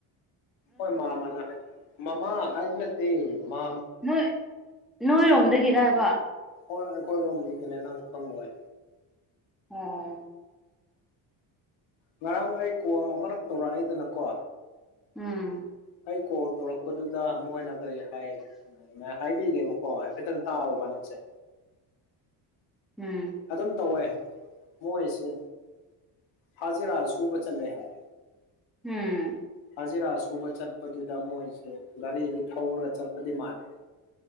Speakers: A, on the left; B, in the centre.
A: ꯍꯣꯏ ꯃꯥꯃꯥꯅ ꯍꯥꯏ ꯃꯥꯃꯥ ꯍꯥꯏꯗꯤ ꯅꯠꯇꯦ ꯃꯥ
B: ꯅꯣꯏ ꯅꯣꯏꯔꯣꯝꯗꯒꯤꯔ ꯍꯥꯏꯕ
A: ꯍꯣꯏ ꯑꯩꯈꯣꯏꯔꯣꯝꯗꯒꯤꯅꯦ ꯅꯪ ꯈꯪꯂꯣꯏ
B: ꯑꯣꯝ
A: ꯉꯔꯥꯡ ꯑꯩ ꯀꯣꯜ ꯑꯃꯔꯛ ꯇꯧꯔꯛꯏꯗꯅꯀꯣ
B: ꯎꯝ
A: ꯑꯩ ꯀꯣꯜ ꯇꯧꯔꯛꯄꯗꯨꯗ ꯃꯣꯏꯅ ꯀꯔꯤ ꯍꯥꯏ ꯍꯥꯏꯕꯤꯒꯦꯕꯀꯣ ꯍꯥꯏꯐꯦꯠꯇꯪ ꯇꯥꯛꯎꯕ ꯅꯪꯁꯦ
B: ꯎꯝ
A: ꯑꯗꯨꯝ ꯇꯧꯋꯦ ꯃꯣꯏꯁꯦ ꯐꯖꯤꯔꯥ ꯁꯨꯕ ꯆꯠꯂꯦ ꯍꯥꯏ
B: ꯎꯝ
A: ꯍꯖꯤꯔꯥ ꯁꯨꯕ ꯆꯠꯄꯗꯨꯗ ꯃꯣꯏꯁꯦ ꯒꯥꯔꯤꯗꯤ ꯊꯧꯔꯒ ꯆꯠꯄꯗꯤ ꯃꯥꯥꯟꯂꯦ